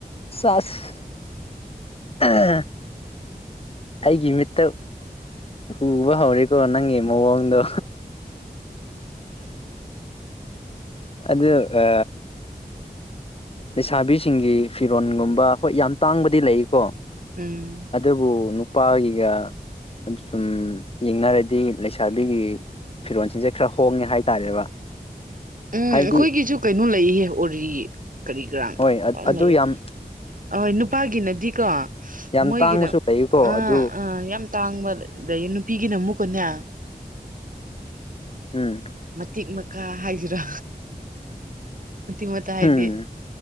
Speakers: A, on the left; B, on the right.
A: ꯁꯁ ꯑꯩꯒꯤ ꯃꯤꯠꯇ ꯎꯕ ꯍꯧꯔꯦꯀꯣ ꯅꯪꯦ ꯃꯑꯣꯡꯗ ꯑꯗ ꯑ ꯂꯩꯁꯥꯕꯤꯁꯤꯡꯒꯤ ꯐꯤꯔꯣꯟꯜꯒꯨꯝꯕ ꯍꯣꯏ ꯌꯥꯝ ꯇꯥꯡꯕꯗꯤ ꯂꯩꯀꯣ
B: ꯎꯝ
A: ꯑꯗꯕꯨ ꯅꯨꯄꯥꯒꯤꯒ ꯁꯨꯝ ꯌꯦꯡꯅꯔꯗꯤ ꯂꯩꯁꯥꯕꯤꯒꯤ ꯐꯤꯔꯣꯜꯁꯤꯡꯁꯦ ꯈꯔ ꯍꯣꯡꯉꯦ ꯍꯥꯏꯇꯥꯔꯦꯕ
B: ꯎꯝ
A: ꯍꯥꯏꯕꯗꯤ
B: ꯑꯩꯈꯣꯏꯒꯤꯁꯨ ꯀꯩꯅꯣ ꯂꯩꯍꯦ ꯎꯔꯤ ꯀꯔꯤ ꯀꯔꯥꯡ
A: ꯍꯣꯏ ꯑ-
B: ꯑꯣ
A: ꯑꯗꯨ
B: ꯂꯩꯦ
A: ꯌꯥꯝ
B: ꯑꯣꯏ ꯅꯨꯄꯥꯒꯤꯅ ꯑꯀ
A: ꯌꯥꯝ
B: ꯃꯣꯏꯒꯤꯅ
A: ꯇꯥꯡꯕꯁꯨ ꯂꯩꯀꯣ
B: ꯑ
A: ꯑꯗꯨ
B: ꯑ ꯌꯥꯝ ꯇꯥꯡꯕ ꯑꯗꯒꯤ ꯅꯨꯄꯤꯒꯤꯅ ꯑꯃꯨꯛ ꯄꯨꯨꯟꯟꯅ
A: ꯎꯝ
B: ꯃꯇꯤꯛ ꯃꯀꯥ ꯍꯥꯏꯁꯤꯔ ꯃꯇꯤꯡ ꯃꯇ ꯍꯥꯏꯗꯤ
A: ꯎꯝ
B: ꯌꯥꯝ